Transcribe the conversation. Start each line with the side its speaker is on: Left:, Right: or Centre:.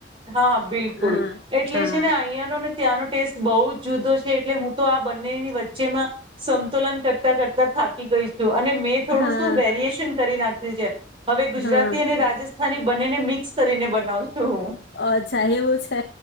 Right: હા બિલકુલ
Left: હા
Right: એટલે
Left: હા
Right: છે ને અહીંયાનો ને ત્યાંનો ટેસ્ટ બહુ જ જુદો છે એટલે હું તો આ બંનેની વચ્ચેમાં સંતુલન કરતા કરતા થાકી ગઈ. અને મેં થોડું
Left: હા
Right: શું વેરિએશન કરી નાખ્યું. બીજે. હવે ગુજરાતી
Left: હા
Right: અને રાજસ્થાન ની બંનેને મિક્સ કરીને બનાવ છું.
Left: અચ્છા એવું છે